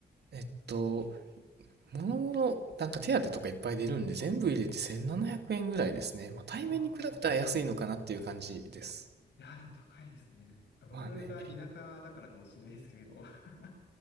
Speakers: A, on the right; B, on the left.
A: えっと、もろもろ、なんか手当とかいっぱい出るんで、全部入れて1700円ぐらいですね。まあ、
B: ああ。
A: 対面に比べたら安いのかなっていう感じです。
B: いや、でも高いですね。あ僕が田舎だからかもしれないですけれど、
A: まあね。
B: <laughs>